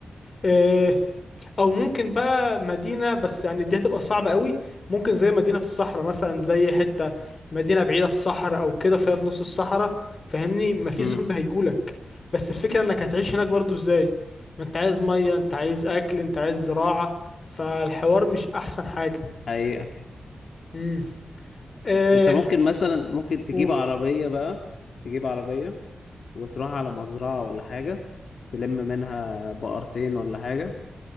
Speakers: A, on the left; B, on the left.
A: آه، او ممكن بقى مدينه بس يعني دي هتبقى صعبه قوي ممكن زي مدينه في الصحراء مثلا زي حته مدينه بعيده في صحراء او كده فهي في نص الصحراء فاهمني مفيش
B: امم
A: زومبي هيجولك بس الفكره انك هتعيش هناك برضو ازاي ما انت عايز ميه انت عايز اكل انت عايز زراعه فالحوار مش احسن حاجه
B: حقيقة
A: امم اه
B: انت ممكن مثلا ممكن تجيب
A: و...
B: عربية بقى تجيب عربية وتروح على مزرعة ولا حاجة تلم منها بقرتين ولا حاجة